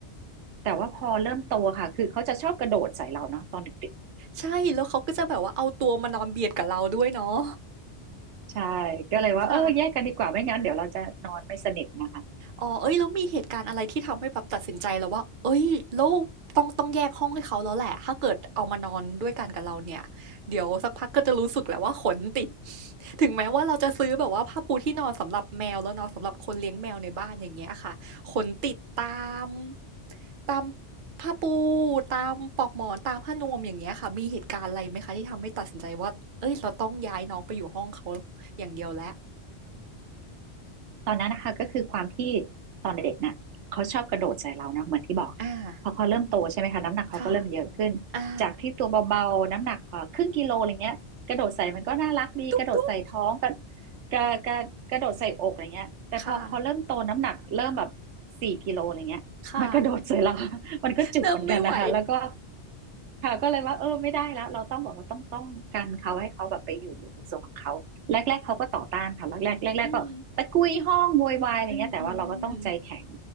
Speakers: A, on the right; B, on the right.
A: แต่ว่าพอเริ่มโตค่ะคือเขาจะชอบกระโดดใส่เราเนาะตอนเด็ก
B: ใช่แล้วเขาก็จะแบบว่าเอาตัวมานอนเบียดกับเราด้วยเนาะ
A: ๆใช่ก็เลยว่าเออแยกกันดีกว่าไม่งั้นเดี๋ยวเราจะนอนไม่สนิทนะคะ
B: ค่ะ อ๋อเอ้ยแล้วมีเหตุการณ์อะไรที่ทำให้แบบตัดสินใจแล้วว่าเอ้ยแล้วต้องต้องแยกห้องให้เขาแล้วแหละถ้าเกิดเอามานอนด้วยกันกับเราเนี่ยเดี๋ยวสักพักก็จะรู้สึกแหละว่าขนติด <laughs> ถึงแม้ว่าเราจะซื้อแบบว่าผ้าปูที่นอนสำหรับแมวแล้วเนาะสำหรับคนเลี้ยงแมวในบ้านอย่างเงี้ยค่ะขนติดตามตามผ้าปูตามปลอกหมอนตามผ้านวมอย่างเงี้ยค่ะมีเหตุการณ์อะไรไหมคะที่ทำให้ตัดสินใจว่าเอ้ยเราต้องย้ายน้องไปอยู่ห้องเขาอย่างเดียวแล้ว
A: ตอนนั้นนะคะก็คือความที่ตอนเด็กๆน่ะเขาชอบกระโดดใส่เราเนาะเหมือนที่บอกค่ะพอเขาเริ่มโตใช่ไหมคะน้ำหนักเขาก็เริ่มเยอะขึ้นจากที่ตัวเบาๆน้ำหนักเอ่อครึ่งกิโลอะไรเงี้ยกระโดดใส่มันก็น่ารักดีกระโดดใส่ท้องกระ
B: อ่าค่ะอ่าตุ๊บตุ๊บ
A: กระกระกระโดดใส่อกอะไรเงี้ยแต่พอเขาเริ่มโตน้ำหนักเริ่มแบบ
B: ค่ะ
A: สี่กิโลอะไรเงี้ยมันกระโดดใส่เรา
B: ค่ะ
A: <laughs> มันก็จุกเหมือนกันนะคะแล้วก็
B: เริ่มไม่ไหว
A: ค่ะก็เลยว่าเออไม่ได้แล้วเราต้องบอกว่าต้องต้องกันเขาให้เขาแบบไปอยู่ในส่วนของเขาแรกๆเขาก็ต่อต้านค่ะแรกๆแรกๆก็ตะกุยห้องโวยวายอะไรเงี้ยแต่ว่าเราก็ต้องใจแข็ง
B: อืมอืมอืมอม